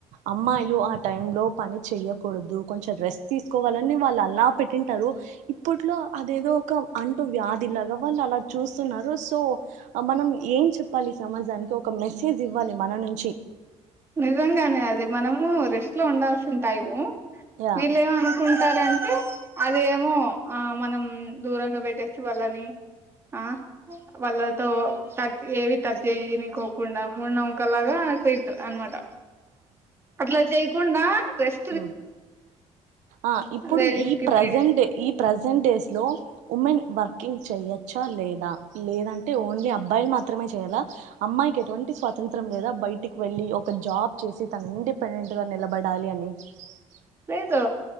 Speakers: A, on the right (about 80°); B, on the right (about 20°).
A: అమ్మాయిలు ఆ టైమ్ లో పని చెయ్యకూడదు కొంచెం రెస్ట్ తీసుకోవాలని వాళ్ళు అలా పెట్టింటారు ఇప్పుట్లో అదేదో ఒక అంటు వ్యాధిలాగా వాళ్ళు అలా చూస్తున్నారు సో మనం ఏం చెప్పాలి సమాజానికి ఒక మెసేజ్ ఇవ్వాలి మన నుంచి
B: నిజంగానే అది మనము రెస్ స్లో ఉండాల్సిన టైము
A: యా
B: వెళ్ళేంమనుకుంటారంటే అదేమో ఆ మనం దూరంగా పెట్టేసి వాళ్ళని ఆ వాళ్ళతో టట్ ఏవి టట్ చేయనికోకుండా మూడు నమ్మకలాగా ట్రీట్ అన్ మట అట్లా చేయకుండా రెస్
A: ఉమ్ ఆ ఇప్పుడు
B: లేడీస్
A: ఈ
B: కి
A: ప్రజెంట్డే
B: త్రీ డేస్
A: ఈ ప్రజెంట్ డేస్ లో ఉమెన్ వర్కింగ్ చేయచ్చా లేదా లేదంటే ఓన్లీ అబ్బాయిలు మాత్రమే చేయ్యాలా అమ్మాయికి ఎటువంటి స్వాతంత్రం లేదా బయటికి వెళ్ళి ఒక జాబ్ చేసి తను ఇండిపెండెంట్గా నిలబడాలి అని <unintelligible>
B: లేదు